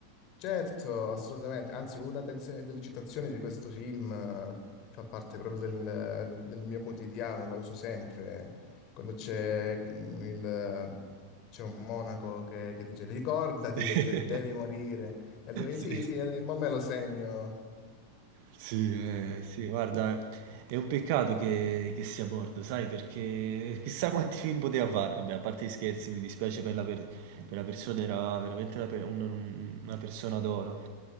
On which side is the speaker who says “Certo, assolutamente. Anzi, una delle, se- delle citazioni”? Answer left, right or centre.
Left